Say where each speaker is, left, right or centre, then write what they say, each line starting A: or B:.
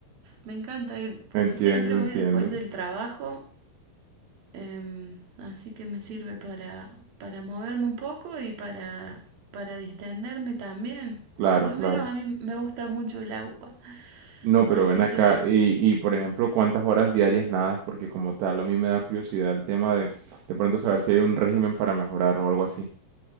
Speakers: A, on the right; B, on the right.
A: Me encanta ir,
B: Entiendo,
A: casi siempre
B: entiendo.
A: voy después del trabajo, em, así que me sirve para, para moverme un poco y para, para distenderme también.
B: Claro,
A: Por lo
B: claro.
A: menos a mí me gusta mucho el agua,
B: No, pero
A: así
B: ven acá
A: que
B: y, y, por ejemplo, ¿cuántas horas diarias nadas? Porque como tal, a mí me da curiosidad el tema de de pronto saber si hay un régimen para mejorar o algo así.